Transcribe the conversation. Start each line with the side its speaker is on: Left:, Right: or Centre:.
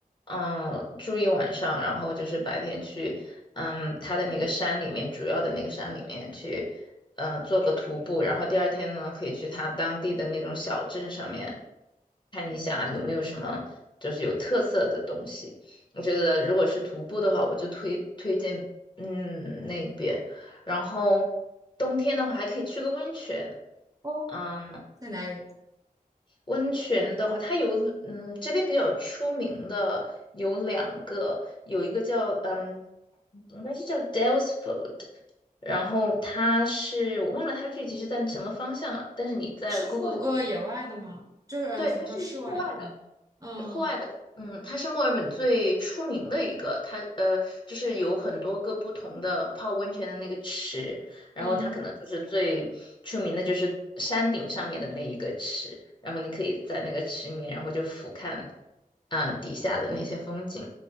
Left: 嗯，住一晚上，然后就是白天去，嗯，它的那个山里面，主要的那个山里面去，呃，做个徒步，然后第二天呢，可以去它当地的那种小镇上面看一下有没有什么就是有特色的东西。我觉得如果是徒步的话，我就推推荐，嗯，那边，然后冬天的话还可以去个温泉。
Right: 哦，
Left: 嗯。
Right: 在哪里？
Left: 温泉的话，它有嗯，这边比较出名的有两个，有一个叫嗯，应该是叫 Dalesford，然后它是我忘了它具体是在什么方向了，但是你在
Right: 是户呃野外的吗？
Left: Google 上，
Right: 就是呃怎么说室外的？
Left: 对，它是户外的。
Right: 嗯
Left: 户外的，嗯，它是墨尔本最出名的一个，它呃，就是有很多个不同的泡温泉的那个池，然后它可能就是最出名的就是山顶上面的那一个池，
Right: 嗯嗯
Left: 然后你可以在那个池里面，然后就俯瞰啊、底下的那些风景，